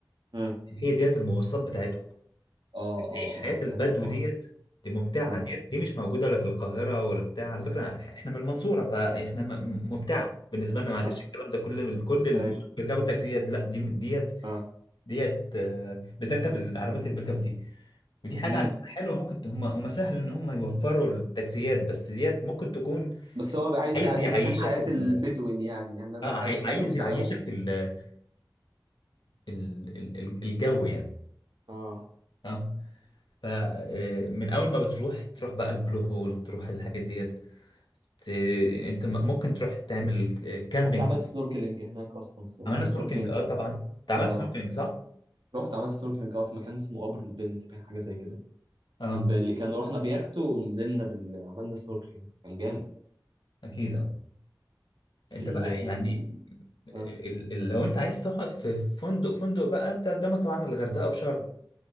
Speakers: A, on the right; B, on the left.
A: امم
B: هي ديت المواصلات بتاعتهم
A: اه اه
B: تعيش حياة
A: اه فاكر
B: البدو
A: الحوار
B: ديت دي ممتعة
A: اه
B: ديت دي مش موجودة لا في القاهرة ولا بتاع على فكرة احنا من المنصورة فاحنا م- ممتعة بالنسبة لنا معلش
A: اه
B: الكلام ده كل كل ال-
A: ايوه
B: بيركبوا التاكسيات لا دي ديت
A: اه
B: ديت آه، بتركب العربيات البيك اب دي ودي حاجة
A: امم
B: على فكرة حلوة ممكن ت- هم هم سهل ان هم يوفروا التاكسيات بس ديت ممكن تكون
A: بس هو بقى عايز
B: عايز
A: يعيشك
B: يعيشك
A: حياة
B: ال...
A: البدوين يعني هناك بقى
B: اه
A: حياة
B: عاي-
A: البدوي
B: عايز
A: بقى
B: يعيشك
A: و...
B: ال... ال... ال- ال- الجو يعني
A: اه
B: اه فمن اول ما بتروح تروح بقى البلو هول تروح الحاجات ديت ت- انت م- ممكن تروح تعمل كامبينج
A: رحت عملت سنوركلينج هناك اصلا في
B: عملنا
A: كان
B: سنوركلينج
A: سنوركلينج
B: اه
A: في
B: طبعا انت
A: اه
B: عملت سنوركلينج صح؟
A: رحت عملت سنوركلينج اه في مكان اسمه قبر البنت كان حاجه زي كده
B: اه
A: كان بال... كان رحنا بيخت ونزلنا بال... عملنا سنوركلينج كان جامد
B: اكيد اه
A: بس
B: انت
A: ال
B: بقى
A: ال-
B: يعني ال-
A: اه
B: ال- لو انت عايز تقعد في فندق فندق بقى انت قدامك طبعا الغردقه وشرم